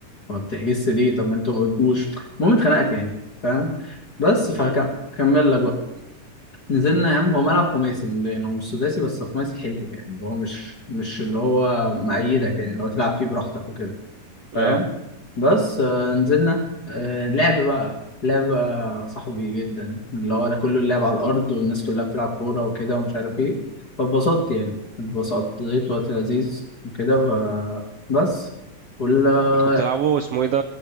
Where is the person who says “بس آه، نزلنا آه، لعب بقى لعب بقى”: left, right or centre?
Left